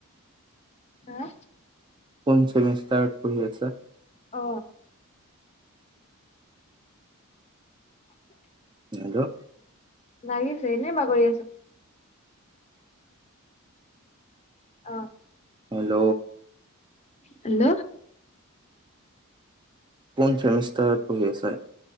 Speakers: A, on the left (about 30°); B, on the right (about 20°).
A: হা
B: কোন চেমিষ্টাৰত পঢ়ি আছা।
A: অ
B: হেল্লো।
A: লাগিছে এনেই বাগৰি আছো। অ'।
B: হেল্ল'।
A: হেল্ল'।
B: কোন চেমিষ্টাৰত পঢ়ি আছে।